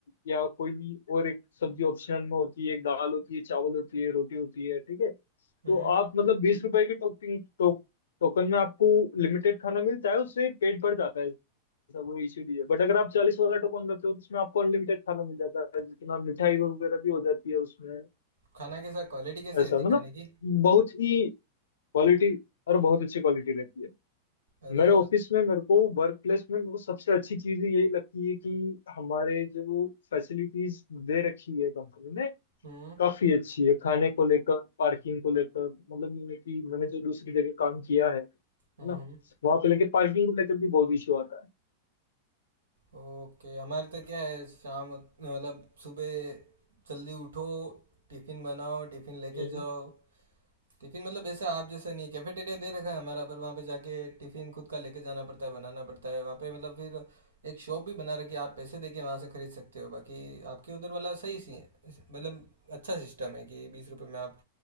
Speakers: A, on the left; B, on the right.
A: या कोई भी और एक सब्जी ऑप्शनल में होती है एक दाल होती है चावल होती है रोटी होती है ठीक है
B: हम्म
A: तो आप मतलब बीस रुपए के टोकन टो, टोकन में आपको लिमिटेड खाना मिलता है उससे पेट भर जाता है ऐसा कोई इश्यू नहीं है बट अगर आप चालीस वाला टोकन लेते हो तो उसमें आपको अनलिमिटेड खाना मिल जाता है जितना मिठाई वगैरह भी हो जाती है उसमें
B: खाना कैसा क्वालिटी कैसी
A: ऐसा
B: रहती
A: मतलब
B: खाने की
A: बहुत ही क्वालिटी और बहुत अच्छी क्वालिटी रहती है
B: अरे
A: मेरे ऑफिस में मेरे को वर्क प्लेस में मेरे को सबसे अच्छी चीज यही लगती है कि हमारे जो फैसिलिटीज दे रखी है कंपनी ने
B: हम्म
A: काफी अच्छी है खाने को लेकर पार्किंग को लेकर मतलब ये है कि मैंने जो दूसरी जगह काम किया है है
B: हम्म
A: ना
B: हम्म
A: वहां पे लेके पार्किंग को लेकर भी बहुत इश्यू आता
B: ओके हमारे तो क्या है शाम मतलब सुबह जल्दी उठो टिफिन बनाओ टिफिन लेके
A: है
B: जाओ टिफिन मतलब ऐसे आप जैसा नहीं कैफेटेरिया दे रखा है हमारा पर वहाँ पे जाके टिफिन खुद का लेके जाना पड़ता है बनाना पड़ता है वहाँ पे मतलब फिर एक शॉप भी बना रखी है आप पैसे देके वहाँ से खरीद सकते हो बाकी आपके उधर वाला सही सी है, मतलब अच्छा सिस्टम है कि बीस रुपए में आप